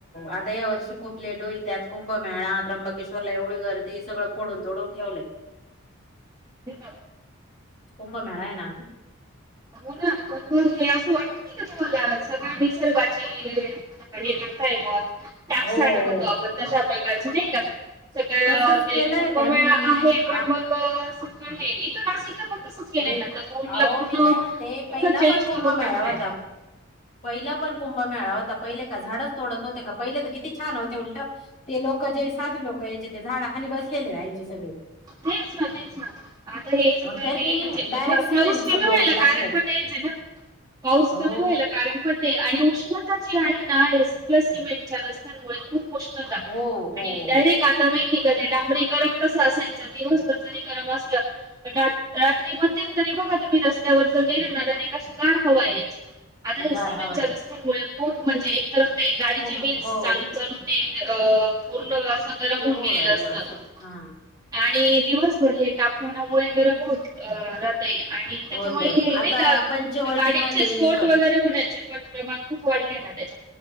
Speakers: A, on the left; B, on the right.
A: आता या वर्षी खूप लेट होईल. त्यात कुंभमेळा त्र्यंबेश्वरला एवढ घ करते सगळ पोडून तोडून ठेवलय.
B: हो का <unintelligible>
A: खूप मेळाय <unintelligible> ना आता
B: हो ना <unintelligible> पण बोल असं वाटत नाही का तुम्हाला सगळ्या निसर्गाची हे करताय ग टॅक्सड
A: हो हो
B: म्हणतो आपण तशा प्रकारची नाही का सगळ
A: तसच
B: ते
A: केलंय
B: कुंभमेळा
A: त्यांनी
B: आहे
A: आ
B: पण मग सगळ हे इथं नाशिकला प तसच केलंय
A: मी
B: ना आता फोन
A: अहो
B: पूर्ण
A: मी काय म्हणते
B: पूर्ण
A: पहिला
B: चेंज
A: पण
B: करून
A: कुंभमेळा
B: टाकलाय
A: होता. पहिला पण कुंभ मेळावाता पहिले का झाडच तोडत होते का पहिले तर किती छान होते उलट ते लोक जे साधू लोक यायचे ते झाडा खाली बसलेले सगळे
B: तेच ना तेच ना आता हे सगळं
A: आणि त्यांनी
B: नाही म्हणजे
A: डायरेक्ट सिमेंटच
B: पाऊस कमी
A: करून
B: व्हायला
A: टाकलंय
B: कारण खण यायच ना पाऊस
A: हो
B: कमी व्हायला कारणण आणि उष्णता जी आहे ना या सगळ्या सिमेंटच्या रस्त्यांमुळे खूप उष्णता
A: हो हो
B: आणि
A: हो
B: डायरेक्ट आता माहिती का तेडांबरी रम <unintelligible> कस असायच दिवसभर जरी गरम असलं पण रात्री मग ते तरी बघा तुम्ही रस्त्यावर जर गेले ना अने अशी गार हवा यायची आता हे
A: गार
B: सिमेंटच्या
A: हवाय
B: रस्त्यांमुळे खूप म्हणजे एकतर ते गाडीचे
A: हो
B: व्हील चालून
A: हो
B: चालून ते पूर्ण गरम
A: ते
B: होऊन
A: हो
B: गेलेलं
A: राहिलं
B: असत
A: असं हा
B: आणि दिवसभर हे तापमानामुळे गरम होत अ आणि त्याच्यामुळे
A: होतय आता
B: ते का
A: पंचवटीमध्ये
B: गाडींचे स्फोट
A: पण
B: वगैरे होण्याचे पण प्रमाण खूप वाढले ना त्याच्या